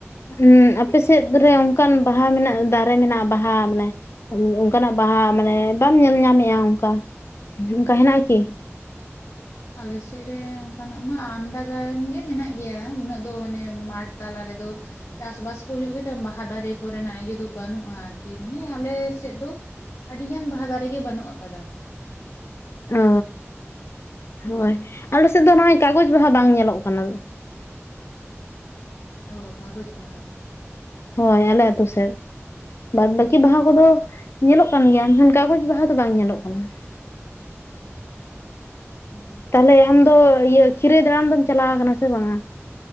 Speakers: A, on the left; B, on the left.
A: ᱦᱩᱸ ᱟᱯᱮ ᱥᱮᱫ ᱨᱮ ᱚᱱᱠᱟᱱ ᱵᱟᱦᱟ ᱢᱮᱱᱟᱜᱼᱟ ᱫᱟᱨᱮ ᱢᱮᱱᱟᱜᱼᱟ ᱵᱟᱦᱟ ᱢᱟᱱᱮ ᱚᱱᱠᱟᱱᱟᱜ ᱵᱟᱦᱟ ᱢᱟᱱᱮ ᱵᱟᱢ ᱧᱮᱞ ᱧᱟᱢᱮᱜᱼᱟ ᱚᱱᱠᱟ, ᱚᱱᱠᱟ ᱦᱮᱱᱟᱜ ᱟᱠᱤ
B: ᱟᱞᱮᱥᱮᱜ ᱨᱮ ᱚᱱᱠᱟ ᱱᱟᱜ ᱢᱟ ᱟᱢᱫᱟ ᱜᱟᱱ ᱜᱮ ᱢᱮᱱᱟᱜ ᱜᱮᱭᱟ ᱩᱱᱟᱹᱜ ᱫᱚ ᱟᱱᱮ ᱢᱟᱴᱷ ᱛᱟᱞᱟᱨᱮ ᱟᱞᱮ ᱫᱚ ᱪᱟᱥ ᱵᱟᱥ ᱠᱚ ᱦᱩᱭᱩᱜ ᱜᱮᱛᱮ ᱵᱟᱦᱟ ᱫᱟᱨᱮ ᱠᱚᱨᱮᱱᱟᱜ ᱤᱭᱟᱹ ᱫᱚ ᱵᱟᱹᱱᱩᱜᱼᱟ ᱟᱨᱠᱤ ᱢᱟᱱᱮ ᱟᱞᱮ ᱥᱮᱫ ᱫᱚ ᱟᱹᱰᱤᱜᱟᱱ ᱵᱟᱦᱟ ᱫᱟᱨᱮᱜᱮ ᱵᱟᱹᱱᱩᱜ ᱟᱠᱟᱫᱟ
A: ᱚ ᱦᱳᱭ ᱟᱞᱮ ᱥᱮᱫ ᱫᱚ ᱱᱚᱜᱼᱚᱭ ᱠᱟᱜᱚᱡᱽ ᱵᱟᱦᱟ ᱵᱟᱝ ᱧᱮᱞᱚᱜ ᱠᱟᱱᱟ
B: ᱳ ᱠᱟᱜᱚᱡᱽ ᱵᱟᱦᱟ
A: ᱦᱳᱭ ᱟᱞᱮ ᱟᱛᱳ ᱥᱮᱫ ᱵᱟᱫᱽ ᱵᱟᱹᱠᱤ ᱵᱟᱦᱟ ᱠᱚᱫᱚ ᱧᱮᱞᱚᱜ ᱠᱟᱱ ᱜᱮᱭᱟ <unintelligible> ᱠᱟᱜᱚᱡᱽ ᱵᱟᱦᱟ ᱫᱚ ᱵᱟᱝ ᱧᱮᱞᱚᱜ ᱠᱟᱱᱟ <unintelligible>
B: ᱚ
A: ᱛᱟᱦᱞᱮ ᱟᱢᱫᱚ ᱤᱭᱟᱹ ᱠᱷᱤᱨᱟᱹᱭ ᱫᱟᱲᱟᱱ ᱫᱚᱢ ᱪᱟᱞᱟᱣ ᱠᱟᱱᱟ ᱥᱮ ᱵᱟᱝ-ᱟ